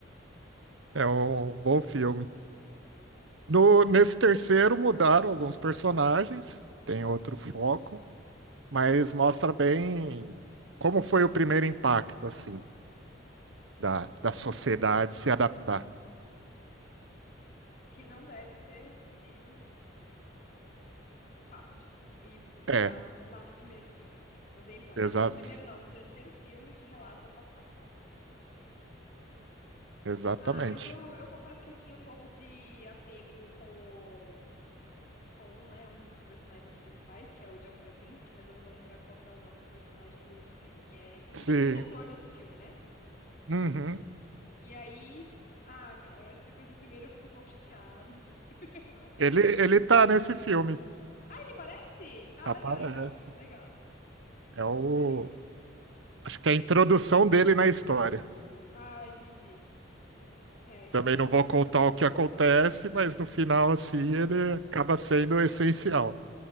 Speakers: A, on the right; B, on the left.
A: é um bom filme. No, nesse terceiro mudaram alguns personagens, tem outro foco, mas mostra bem como foi o primeiro impacto, assim, da, da sociedade se adaptar.
B: Que não deve ter sido Fácil. E isso tudo
A: É,
B: tá lá no primeiro filme. No Day One.
A: exato,
B: Na- no primeiro, não, no terceiro filme que relata o passado.
A: exatamente.
B: Ah, mas eu, eu confesso que eu tinha um pouco de apego com o. Com um, né, um dos personagens principais, que é o John Krasinski, mas eu não vou lembrar qual que é o nome do personagem dele no filme, que é, inclusive,
A: Sim,
B: ele é o diretor desse filme, né?
A: uhum.
B: E aí, ah, cara, eu acho que depois do primeiro eu fico um pouco chateada, <laughs> eu confesso.
A: Ele, ele tá nesse filme,
B: Ah, ele parece? Ah,
A: aparece.
B: legal, então, legal.
A: É o.
B: Não sabia.
A: Acho que é a introdução dele na história.
B: Ah, entendi. É a história
A: Também não
B: da,
A: vou contar
B: daquela família.
A: o que acontece, mas
B: É,
A: no final,
B: por favor.
A: assim, ele acaba sendo essencial.